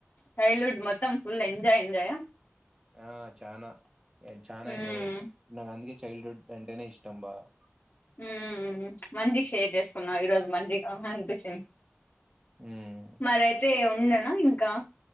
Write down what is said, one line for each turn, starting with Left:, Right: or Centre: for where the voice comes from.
Left: చైల్డ్ హుడ్ మొత్తం ఫుల్ ఎంజాయ్ ఎంజాయ.
Right: ఆ చానా చానా
Left: మ్మ్
Right: ఎంజాయ్ చేసాను నాకు అందుకే చైల్డ్ హుడ్ అంటేనే ఇష్టం. రబ <unintelligible>
Left: ఉమ్ మంచిగా షేర్ చేసుకున్నాం ఈ రోజు మంచిగా ఆహ అన్పిచ్
Right: ఉమ్.
Left: మరి అయితే ఉ నిన్నన ఇంకా